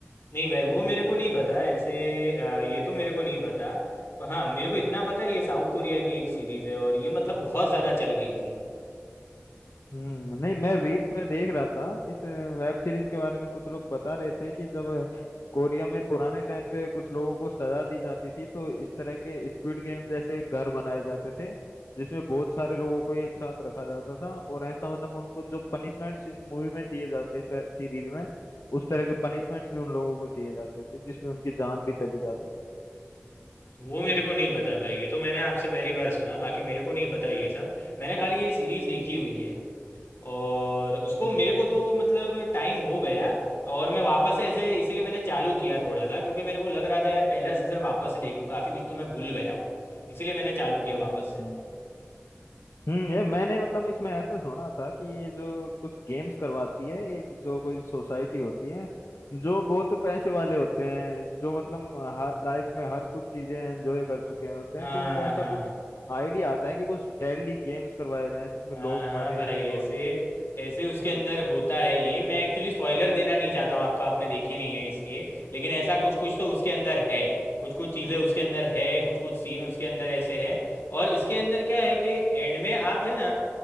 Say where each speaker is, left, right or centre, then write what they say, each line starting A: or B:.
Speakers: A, on the left; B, on the left.
A: नहीं भाई वो
B: क्या
A: मेरे
B: ये
A: को
B: सच
A: नहीं पता
B: है क्या
A: ऐसे अ, ये तो मेरे को नहीं पता पर हाँ मेरे को इतना पता है ये साउथ कोरिया की एक सीरीज़ है और ये मतलब बहुत ज़्यादा चल गई थी
B: हम्म नहीं मैं रील्स में देख रहा था इस वेब सीरीज के बारे में कुछ लोग बता रहे थे कि जब कोरिया में पुराने टाइम पे कुछ लोगों को सजा दी जाती थी तो इस तरह के स्क्विड गेम जैसे घर बनाए जाते थे जिसमें बहुत सारे लोगों को एक साथ रखा जाता था और ऐसा मतलब उनको जो पनिशमेंट्स इस मूवी में दिए जाते हैं इस सीरीज में उस तरह के पनिशमेंट्स भी उन लोगों को दिए जाते थे जिसमें उनकी जान भी चली जाती थी
A: वो मेरे को नहीं पता भाई ये तो मैंने आपसे पहली बार सुना बाकी मेरे को नहीं पता ये सब मैंने खाली ये सीरीज़ देखी हुई है और उसको
B: हम्म
A: मेरे को तो मतलब टाइम हो गया और मैं वापस से ऐसे इसीलिए मैंने चालू किया थोड़ा सा क्योंकि मेरे को लग रहा था यार पहला सीज़न वापस से देख लूँ काफ़ी कुछ तो मैं भूल गया हूँ इसीलिए मैंने चालू किया वापस
B: हम्म,
A: से
B: हम्म। हम्म यार मैंने मतलब इसमें ऐसा सुना था कि ये जो कुछ गेम्स करवाती है एक जो कोई सोसाइटी होती है जो बहुत पैसे वाले होते हैं जो मतलब हर लाइफ में हर कुछ चीजें एंजॉय कर चुके होते
A: हाँ
B: हैं तो उनको ऐसा
A: हाँ
B: कुछ आइडिया आता है कि कुछ डेली गेम्स करवाए जाएं जिसमें
A: हाँ
B: लोग
A: हाँ
B: मरे
A: भाई
B: भी और
A: ऐसे ऐसे उसके
B: हाँ
A: अंदर होता है ये मैं एक्चुअली स्पॉइलर देना नहीं चाहता हूँ आपको आपने देखी नहीं है इसलिए लेकिन ऐसा कुछ कुछ तो उसके अंदर है कुछ कुछ चीज़ें उसके अंदर है कुछ कुछ सीन उसके अंदर ऐसे हैं और इसके अंदर क्या है कि एंड में आप है ना